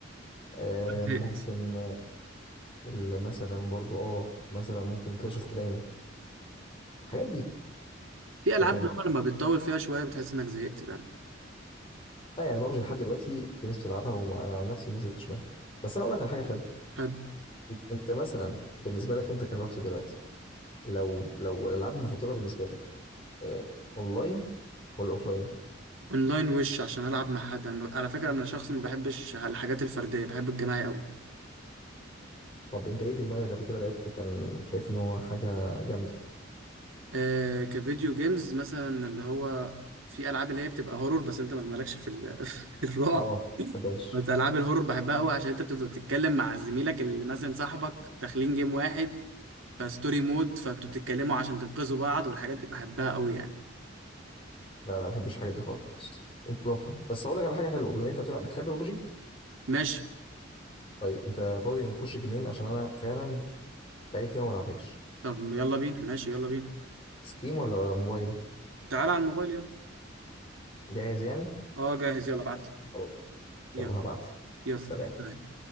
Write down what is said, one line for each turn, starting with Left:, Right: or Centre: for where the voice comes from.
Left: آه
Right: زهقت
Left: ممكن ال- مثلا برضو اه مثلا ممكن كلاش اوف كلان الحاجات دي
Right: في العاب
Left: لكن
Right: اللي هو لما بتطول فيها شويه بتحس انك زهقت بقى
Left: لا يعني بابجي لحد دلوقتي في ناس بتلعبها وانا عن نفسي ما زهقتش منها بس انا اقول لك على حاجه حلوه
Right: حد
Left: انت مثلا بالنسبه لك انت كشخص دلوقتي لو لو الالعاب المفضله بالنسبه لك آه اونلاين ولا اوفلاين
Right: اونلاين وش عشان العب مع حد انا ب- على فكره انا شخص ما بحبش الحاجات الفرديه بحب الجماعي قوي
Left: طب انت ايه في دماغك قبل كده لعبته كان شايف ان هو حاجه جامده
Right: آه كفيديو جيمز مثلا اللي هو في العاب اللي هي بتبقى هورور بس انت ما مالكش في, ال... <laughs> في الرعب
Left: اه ما
Right: بس العاب الهورور بحبها قوي عشان انت بتبقى بتتكلم مع زميلك اللي مثلا صاحبك داخلين جيم واحد فستوري مود فانتوا بتتكلموا عشان تنقذوا بعض والحاجات دي بحبها قوي يعني
Left: لا لا ما بحبش الحاجات دي خالص اطلاقا بس هقول لك على حاجه حلوه بما انت بتلعب بتحب ببجي
Right: ماشي
Left: طيب انت فاضي نخش جيمين عشان انا فعلا بقالي كتير ما بلعبهاش
Right: طب يلا بينا ماشي يلا بينا
Left: ستيم ولا موبايل
Right: تعال على الموبايل يلا
Left: جاهز يعني
Right: اه جاهز يلا ابعت لي.
Left: خلاص
Right: يلا
Left: يلا هبعت لك
Right: يلا
Left: سلام
Right: سلام.